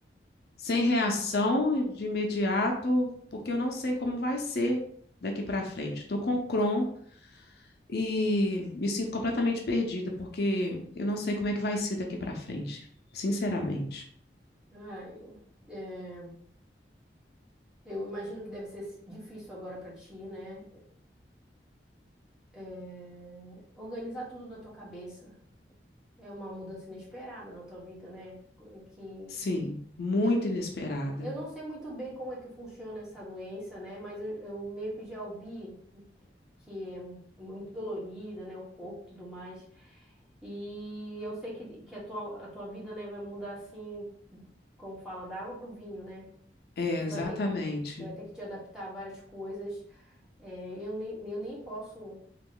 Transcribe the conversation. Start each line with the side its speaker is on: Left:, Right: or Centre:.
Left: sem reação de imediato, porque eu não sei como vai ser daqui para frente. Estou com Crohn e me sinto completamente perdida, porque eu não sei como é que vai ser daqui para frente, sinceramente.
Centre: Ai, é, eu imagino que deve ser si, difícil agora para ti, né? É, organizar tudo na tua cabeça. É uma mudança inesperada na tua vida, né? Que
Left: Sim, muito
Centre: eu,
Left: inesperada.
Centre: eu não sei muito bem como é que funciona essa doença, né? Mas eu, eu meio que já ouvi. que é mu- muito dolorida, né? O corpo e tudo mais. E eu sei que, que a tua, a tua vida, né, vai mudar assim, como fala, da água para o vinho, né?
Left: É,
Centre: De Que tu
Left: exatamente.
Centre: vai ter que, tu vai ter que te adaptar a várias coisas. É, eu nem, eu nem posso